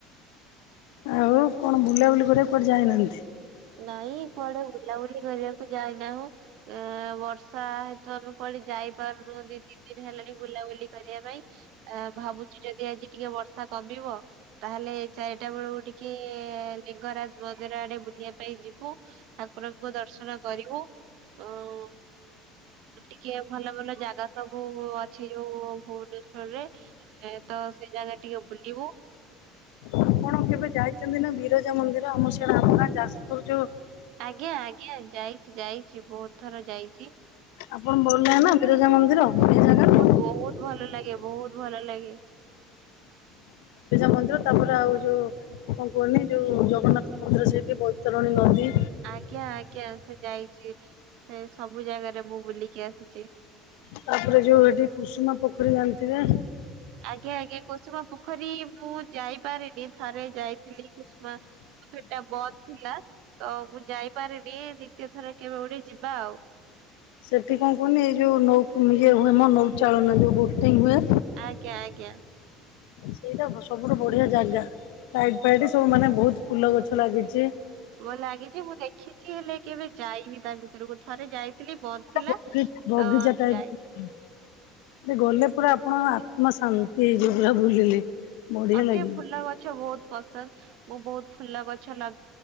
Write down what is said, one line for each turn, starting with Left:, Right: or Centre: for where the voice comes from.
Left: ଆଉ କଣ ବୁଲାବୁଲି କରିବାକୁ କୁଆଡେ ଯାଇନାହାନ୍ତି?
Right: ନାଇଁ କୁଆଡେ ବୁଲାବୁଲି କରିବାକୁ ଯାଇନାହୁଁ। ଏ-ଏ-ଏ ବର୍ଷ ଷା ହେତୁ ଆମେ କୁଆଡେ ଯାଇପାରୁନୁ ଦି ତିନି ଦିନ ହେଲାଣି ବୁଲାବୁଲି କରିବା ପାଇଁ। ଆ ଭାବୁଛିି ଯଦି ଆଜି ଟିକେ ବର୍ଷା କମିବ ତାହେଲେ ଚାରିଟା ବେଳକୁ ଟିକେ-ଏ-ଏ-ଏ ଲିଙ୍ଗରାଜ ମନ୍ଦିର ଆଡେ ବୁଲିବା ପାଇଁ ଯିବୁ ଠାକୁରଙ୍କୁ ଦର୍ଶନ କରିବୁ ଉ-ଉ-ଉ ଟିକେ ଭଲ ଭଲ ଜାଗା ସବୁ-ଉ-ଉ-ଉ ଅଛି ଯୋଉ ଭୁବନେଶ୍ଵରରେ। ଏ ତ ସେ ଜାଗା ଟିକେ ବୁଲିବୁ।
Left: ଆପଣ କେବେ ଯାଇଚନ୍ତି ନା ବିରଜା ମନ୍ଦିର? ଆମ ଆମ ଗାଁ ଯାଜ୍‌ପୁର ଯଉ
Right: ଆଜ୍ଞା ଆଜ୍ଞା, ଯାଇଚି ଯାଇଚି ବହୁତ୍ ଥର ଯାଇଚି।
Left: <inaudible>
Right: ବହୁତ୍ ଭଲ ଲାଗେ ବହୁତ୍ ଭଲ ଲାଗେ।
Left: ମନ୍ଦିର ତା'ପରେ ଆଉ କୁହନି ଯଉ ଜଗନ୍ନାଥ ମନ୍ଦିର ସେଇଠି, ବୈତରଣୀ ନଦୀ
Right: ଆଜ୍ଞା ଆଜ୍ଞା, ସେ ଯାଇଚି ସବୁ ଜାଗାରେ ମୁଁ ବୁଲିକି ଆସିଚି।
Left: ତା'ପରେ ଯଉ ଠି କୁସୁମା ପୋଖରୀ ଜା--ଥିବେ।
Right: ଆଜ୍ଞା ଆଜ୍ଞା, କୁସୁମା ପୁଖରୀ ମୁଁ ଯାଇପା ଥରେ ଯାଇଥିଲି। କୁସ୍‌ମା ଟା ବ ଥିଲା, ତ ମୁଁ ଯାଇ ପାରି ଦିତୀୟ ଥର କେବେ ଗୋଟେ ଯିବା ଆଉ।
Left: ସେଠି କ'ଣ କହୁନି, ଏଇ ଯଉ ହୁଏ ମ ନୌଚାଳନା ଯଉ ବୋଟିଂ ହୁଏ।
Right: <inaudible>
Left: ସେଇଟା ସବୁଠୁ ବଢ଼ିଆ ଜାଗା, ଲାଇଟ୍ ଇଟ୍ ସବୁ ମାନେ ବହୁତ୍ ଫୁଲ ଗଛ ଲାଗିଚି।
Right: ଲାଗିଚି, ମୁଁ ଦେଖିଚି ହେଲେ କେବେ ଯାଇନି ତା ଭିତ---କୁ। ଥରେ ଯାଇଥିଲି ବ <inaudible>
Left: ବଗି ବଗିଚା ଟାଇପ ଗଲେ ପୁରା ଆପଣ ଆତ୍ମ ଶାନ୍ତି ହେଇଯିବ, ପୁରା ବୁଲିଲେ। ବଢିଆ
Right: ମତେ
Left: ଲାଗିବ
Right: ଫୁଲ ଗଛ ବହୁତ୍ ପସନ୍ଦ୍, ମୁଁ ବହୁତ୍ ଫୁଲ ଗଛ ଲ